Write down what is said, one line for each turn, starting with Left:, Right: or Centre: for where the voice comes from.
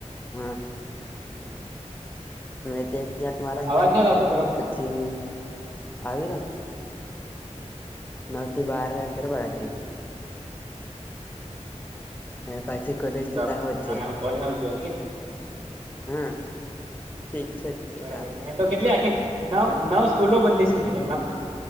Left: હા
Right: <inaudible>
Left: મેં તો ક્યાંક મારા
Right: અવાજ
Left: ગામમાં
Right: નથી આવતો
Left: કર્યુંને પછી આવી રહ્યો ને નવથી બાર ઘરવાળા એ કર્યું. અને પાછી કોલેજ તો
Right: બબર
Left: દાહોદ છે
Right: કોલી ના જોવા
Left: હા
Right: <inaudible>
Left: ઠીક છે
Right: બરાબર
Left: યાર
Right: મે તો કેટલી આખી નવ
Left: હમ
Right: નવ. સ્કૂલો બદલીશ સે નવ.